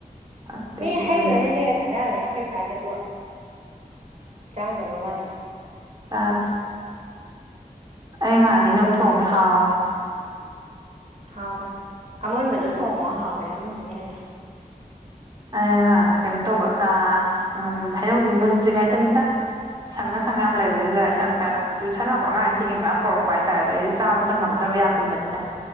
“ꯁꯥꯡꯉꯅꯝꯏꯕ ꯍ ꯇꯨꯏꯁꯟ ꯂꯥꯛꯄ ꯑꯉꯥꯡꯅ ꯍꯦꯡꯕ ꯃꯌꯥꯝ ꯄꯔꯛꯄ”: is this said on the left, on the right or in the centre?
Right